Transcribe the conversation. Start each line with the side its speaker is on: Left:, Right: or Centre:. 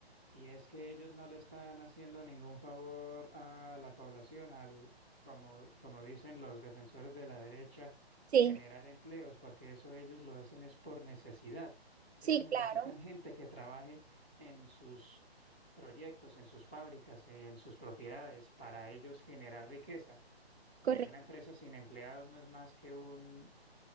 Centre: y es que ellos no le están haciendo ningún favor a la población, al, como, como dicen los defensores de la derecha,
Right: sí,
Centre: generar empleos, porque eso ellos lo hacen es por necesidad.
Right: sí,
Centre: Ellos necesitan
Right: claro,
Centre: gente que trabaje en sus proyectos, en sus fábricas, en sus propiedades, para ellos generar riqueza, porque
Right: correcto.
Centre: una empresa sin empleados no es más que un,